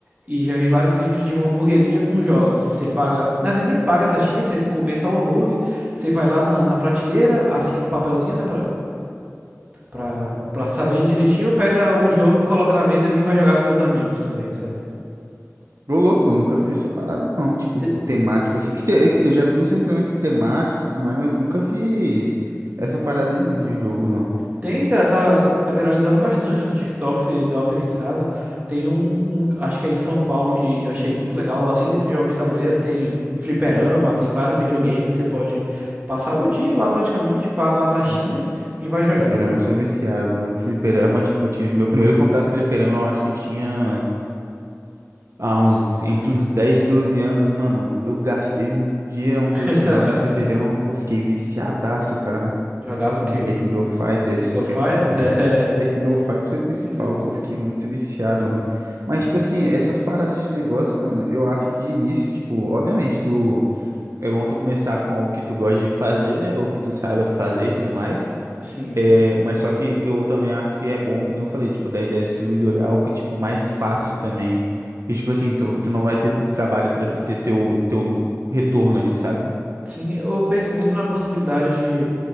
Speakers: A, on the right; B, on the right.
A: E já vi vários vídeos de uma hamburgueria com jogos. Você paga. Às vezes nem paga a taxinha, você começa o hambúrguer, você vai lá na, na prateleira, assina um papelzinho, né? Pra, Pra, pra saber direitinho, pega o jogo e coloca na mesa ali e vai jogar com seus amigos também, sabe?
B: Ô, louco, eu nunca vi essa parada não, tipo,
A: Te-
B: co- temático, assim, que, te- é que assim, eu já vi uns restaurantes temáticos, não é, mas nunca vi essa parada aí não, de jogo não.
A: Tem, tá, tá, tá viralizando bastante no TikTok, você dá uma pesquisada. Tem um, um, acho que é em São Paulo, que eu achei muito legal. Além desses jogos de tabuleiro, tem o fliperama, tem vários videogames que você pode passar o dia lá praticamente, paga uma taxinha
B: Né, f-
A: e vai jogar.
B: Fliperama eu sou viciado, mano, fliperama, tipo, eu tive meu primeiro contato com fliperama, eu acho que eu tinha há uns, entre uns 10 e 12 anos, mano, eu gastei um dinheirão
A: <laughs>
B: que eu tinha lá no fliperama, pô, fiquei viciadaço, cara.
A: Jogava
B: The
A: o quê?
B: King of Fighters,
A: The King of
B: fiquei
A: Fighters?
B: viciado.
A: <laughs>
B: The King
A: É,
B: of The King of Fighters foi o principal,
A: justo.
B: pô, fiquei muito viciado, mano. Mas, tipo assim, essas paradas de negócio, mano, eu acho que de início, tipo, obviamente, tu é bom tu começar com algo que tu gosta de fazer, né? Ou que tu saiba fazer e tudo mais.
A: Sim, sim.
B: É, mas só que eu também acho que é bom, que nem eu falei, tipo, da ideia do distribuidor é algo que, tipo, mais fácil também. Que, tipo assim, tu, tu não vai ter tanto trabalho pra tu ter teu, teu lu- retorno ali, sabe?
A: Sim, eu penso muito na possibilidade